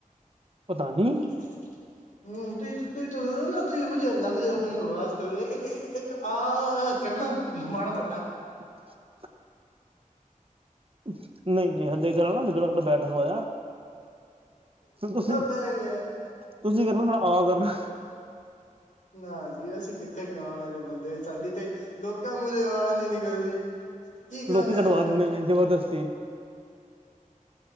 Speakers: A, on the right (about 40°); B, on the left (about 65°).
A: ਪਤਾ ਨੀ।
B: <unintelligible> ਹਮ ਤੁੂੰਂ ਤੁੂੰਂ ਨਾ ਤੁੂੰਂ ਬਧੀ ਲੱਗਦੀ ਮਨ ਉਹ ਬਸ <inaudible> ਇੱਕ ਇੱਕ ਇਕ ਆ ਕਰਨਾ ਮਾੜਾ ਮੋਟਾ।
A: <unintelligible> ਅਮ <unintelligible> ਨਹੀਂ ਨਹੀਂ ਹਲੇੇ ਗੱਲ ਨਾ ਸਾਡਾ ਬੈਠਾ ਹੋਇਆ ਤੁਸੀਂ <inaudible>
B: ਦਾ ਹੀ ਹੈ
A: ਤੁਸੀਂ ਕਰਨਾ ਥੋੜਾ ਆ ਕਰਨਾ।
B: ਨਾ ਜੀ ਅਸੀਂ ਕਿੱਥੇ ਗਾਣ ਆਲੇ ਬੰਦੇ ਸਾਡੀ ਤੇ ਲੋਕਾਂ ਮੂਰੇਰ ਅਵਾਜ ਨੀ ਨਿਕਲਦੀ। ਕੀ ਕਹਾਂਗੇ
A: ਲੋਕੀ ਕਡਵਾ
B: ਲੋਕਾਂ
A: ਦਿੰਦੇ
B: ਨੂੰ
A: ਨੇ ਜਬਰਦਸਤੀ।